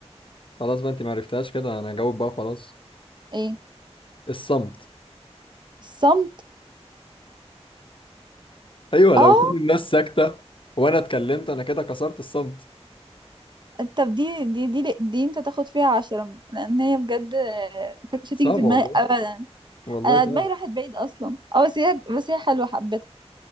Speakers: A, on the left; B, on the right.
A: خلاص بقى انت ما عرفتهاش كده انا هجاوب بقى خلاص
B: ايه
A: الصمت
B: الصمت
A: ايوه لو
B: اه
A: كل الناس ساكته وانا اتكلمت انا كده كسرت الصمت
B: طب دي دي دي دي انت تاخد فيها عشرة لان هي بجد آه، ما كانتش هتيجي
A: صعبه
B: في دماغي
A: والله
B: ابدا
A: والله
B: انا
A: صعبه
B: دماغي راحت بعيد اصلا اه بس هي بس هي حلوة حبيتها